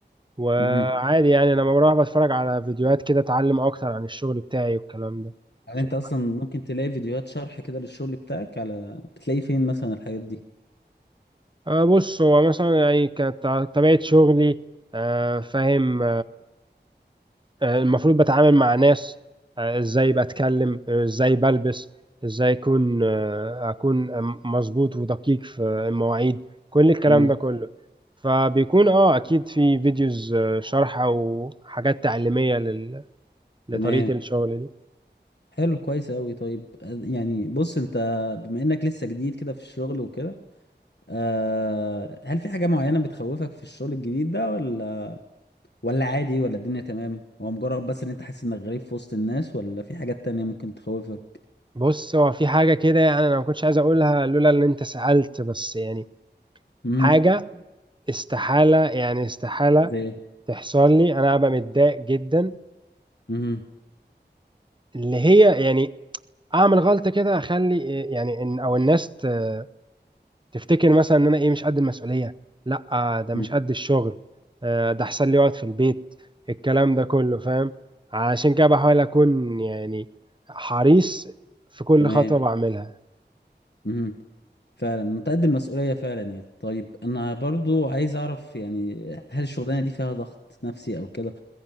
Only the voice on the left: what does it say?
مهم.
يعني
انت
اصلا ممكن تلاقي فيديوهات شرح كده للشغل بتاعك على بتلاقي فين مثلا الحاجات دي؟
مم.
تمام
حلو كويس أوي طيب آه، يعني بص انت بما انك لسه جديد كده في الشغل وكده أه هل في حاجة معينة بتخوفك في الشغل الجديد ده ولا ولا عادي ولا الدنيا تمام هو مجرد بس ان انت حاسس انك غريب في وسط الناس ولا في حاجات تانية ممكن تخوفك
امم
زي ايه؟
امم
أمم،
تمام
امم فعلا انت قد المسؤولية فعلا يعني طيب انا برضو عايز اعرف يعني هل الشغلانة دي فيها ضغط نفسي او كده